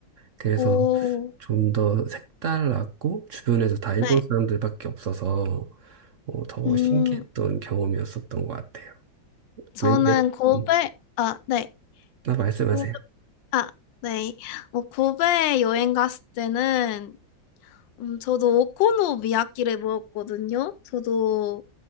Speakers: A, on the right (about 55°); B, on the left (about 75°).
A: 그래서
B: 오,
A: 좀 더 색달랐고 주변에도 다 일본
B: 네.
A: 사람들밖에 없어서 어, 더
B: 음,
A: 신기했던 경험이었었던 것 같아요.
B: 저는
A: 맥, 맥,
B: 고베,
A: 음,
B: 아, 네.
A: 나 말씀하세요.
B: 고베, 아, 네. 어, 고베 여행 갔을 때는 음, 저도 오코노 미야키를 먹었거든요. 저도